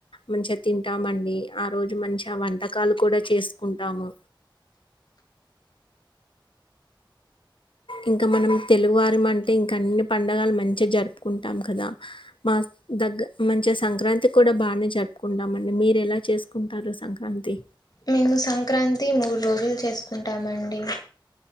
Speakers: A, on the left (about 80°); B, on the left (about 50°).
A: మంచిగ తింటామండి రోజు మంచి ఆ వంటకాలు కూడా చేసుకుంటాము ఇంక మనం తెలుగువారిం అంటే ఇంకన్ని పండుగలు మంచిగ జరుపుకుంటాం కదా మా దగ్గ మంచిగ సంక్రాంతి కూడా బానే జరుపుకుంటామండి మీరెలా చేసుకుంటారు సంక్రాంతి
B: మేము సంక్రాంతి మూడు రోజులు చేసుకుంటామండి